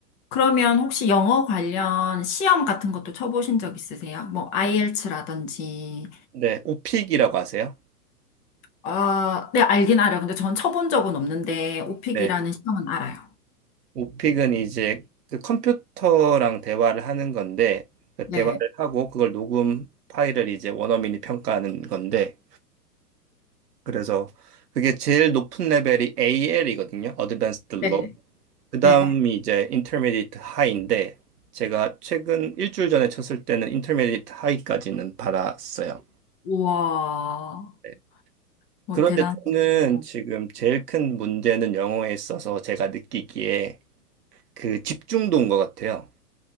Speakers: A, on the left; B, on the right.
A: 그러면 혹시 영어 관련 시험 같은 것도 쳐보신 적 있으세요? 뭐, IELTS라든지.
B: 네, 오픽이라고 아세요?
A: 아, 네, 알긴 알아요. 근데 전 쳐본 적은 없는데, 오픽이라는
B: 네,
A: 시험은 알아요.
B: 오픽은 이제 그 컴퓨터랑 대화를 하는 건데 그
A: 네,
B: 대화를 하고 그걸 녹음 파일을 이제 원어민이 평가하는 건데 그래서 그게 제일 높은 레벨이 AL이거든요, Advanced
A: 네,
B: Low. 그다음이
A: 네.
B: 이제 인터미디 h 트 하이인데 제가 최근 일주일 전에 쳤을 때는 인터미디 h 트 하이까지는 받았어요.
A: 우와,
B: 네.
A: 뭐,
B: 그런데
A: 대단하시구나.
B: 저는 지금 제일 큰 문제는 영어에 있어서 제가 느끼기에 그 집중도인 것 같아요.